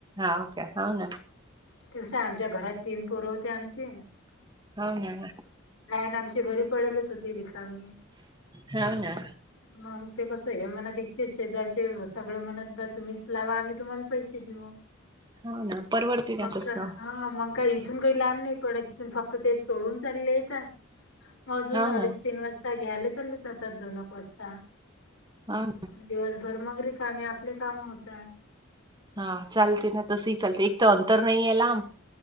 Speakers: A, on the right; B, on the left.
A: का हो ना
B: तेवस आमच्या घरात तीन पोर होते आमचे
A: होना
B: का आणि आमच्या घरी पडेलच होती रिकामी
A: हाव ना,
B: मग ते कसं आहे मनात इच्छा शेजारचे सगळं म्हणत ब तुम्हीच लावा आम्ही तुम्हाला पैसे देऊ
A: हाव ना. परवडते ना
B: मग
A: तसं.
B: हा मग काही इथून काही लांब नाही पडत तिथून फक्त ते सोडून चालले आहेता का म अजून
A: हाव
B: अडीच
A: ना,
B: तीन वाजता घ्यायला चाले जातात दोनक वाजता
A: हाव ना.
B: दिवसभर मंगरी कामे आपले काम होत
A: हा चालते ना तसं चालते एक तर अंतर नाही आहे लांब